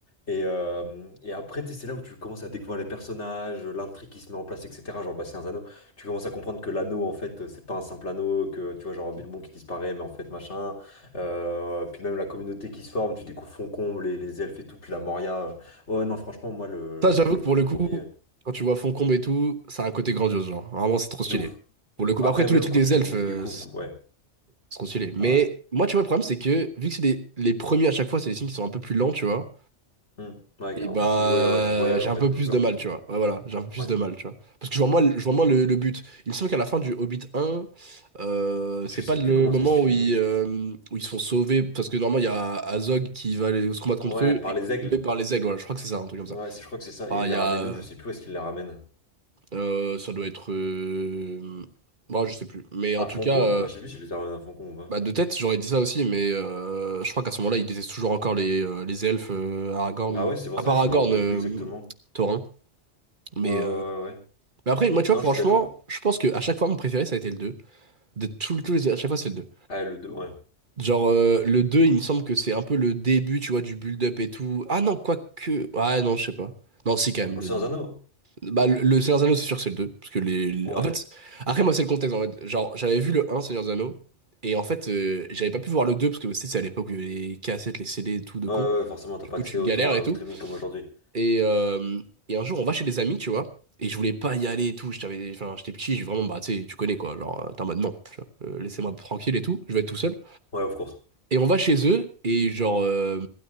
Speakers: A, on the left; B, on the right.
A: Et, euh, et après, tu c'est là où tu commences à découvrir les personnages, l'intrigue qui se met en place, etc. Genre, bah, c'est un anneau. Tu commences à comprendre que l'anneau, en fait, c'est pas un simple anneau, que tu vois, genre Bilbon qui disparaît, mais en fait, machin. Euh, puis même la communauté qui se forme, tu découvres Foncombe, les, les elfes et tout, puis la Moria. Ouais, non, franchement, moi, le,
B: Ça, j'avoue
A: le,
B: que pour
A: le
B: le
A: premier,
B: coup, quand tu vois Foncombe et tout, ça a un côté grandiose, genre. Vraiment, c'est trop stylé.
A: de ouf,
B: Pour
A: de ouf.
B: le coup,
A: Après,
B: bah, après, tous
A: même
B: les trucs
A: quand
B: des
A: tu
B: elfes, euh,
A: découvres, ouais,
B: se consulé. Mais
A: ouais,
B: moi, tu vois, le problème, c'est que vu que c'est des- les premiers à chaque fois, c'est des signes qui sont un peu plus lents, tu vois.
A: Hmm. ouais,
B: Et
A: carrément.
B: bah,
A: C'est du, ouais, ouais, c'est du voyage,
B: j'ai
A: en
B: un
A: fait,
B: peu
A: le
B: plus
A: Blue Bird.
B: de mal, tu vois. Ouais, voilà, j'ai un peu plus
A: Ouais.
B: de mal, tu vois. Parce que je vois moins, je vois moins le, le but. Il me semble qu'à la fin du Hobbit 1, euh, c'est
A: Je sais
B: pas le
A: plus comment
B: moment
A: ça se finit.
B: où ils, euh, où ils se font sauver. Parce que normalement, il y a Azog qui va aller se combattre contre
A: Ouais,
B: eux
A: par
B: et
A: les
B: qui est
A: aigles.
B: sauvé par les aigles. Voilà, je crois que c'est ça, un truc comme
A: Ouais,
B: ça.
A: c'est- je crois que c'est ça.
B: Ah,
A: Et il
B: il
A: les
B: y
A: ramène
B: a.
A: où? Je sais plus où est-ce qu'il les ramène.
B: euh, ça doit être. euh, Bah, je sais plus. Mais en
A: À
B: tout
A: Foncombe?
B: cas. euh,
A: Bah, je sais plus s'il les ramène à Foncombe ou pas.
B: Bah, de tête, j'aurais dit ça aussi, mais euh, je crois qu'à ce moment-là, il déteste toujours encore les, euh, les elfes, euh, Aragorn.
A: Ah ouais, c'est pour
B: À
A: ça
B: part
A: que
B: Aragorn,
A: je me rappelle
B: euh,
A: plus exactement.
B: Thorin. Mais,
A: Ouais, ouais, ouais,
B: euh,
A: ouais.
B: mais après, moi, tu vois,
A: Non,
B: franchement,
A: je suis d'accord. hein.
B: je pense que à chaque fois, mon préféré, ça a été le deux De tout, tous les... À chaque fois, c'est le deux
A: Ah, le deux ouais.
B: Genre, euh, le 2 il me semble que c'est un peu le début, tu vois, du build-up et tout. Ah non, quoique. Ah non, je sais pas. Non, si, quand même.
A: Pour le Seigneur des Anneaux?
B: Le... Bah, le le Seigneur des Anneaux, c'est sûr que c'est le deux Parce que les... les-
A: Ouais.
B: En fait, après, moi, c'est le contexte, en fait. Genre, j'avais vu le un Seigneur des Anneaux, et en fait, euh, j'avais pas pu voir le 2 parce que tu sais, c'est à l'époque où il y avait les cassettes, les CD, et tout de
A: Ouais,
B: con.
A: ouais, ouais, forcément, t'as
B: Du
A: pas
B: coup,
A: accès
B: tu
A: autant
B: galères
A: à-
B: et
A: au
B: tout.
A: streaming comme aujourd'hui.
B: Et, euh, et un jour, on va chez des amis, tu vois, et je voulais pas y aller et tout. Je t'avais- Enfin, j'étais petit, j'ai vraiment, bah, tu sais, tu connais, quoi. Genre, euh, t'es en mode, non, tu vois, euh, laissez-moi tranquille et tout, je vais être tout seul.
A: Ouais, of course.
B: Et on va chez eux, et genre, euh,